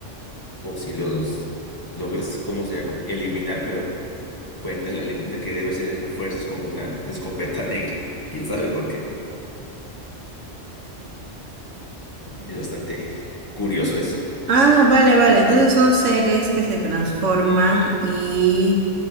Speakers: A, on the left (about 20°); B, on the right (about 80°).
A: O si los logras, ¿cómo se llama? Eliminar, pero cuenta la leyenda que debe ser a fuerzas con una escopeta negra. ¿Quién sabe por qué? Es bastante curioso eso.
B: Ah, vale, vale. Entonces son seres que se transforman y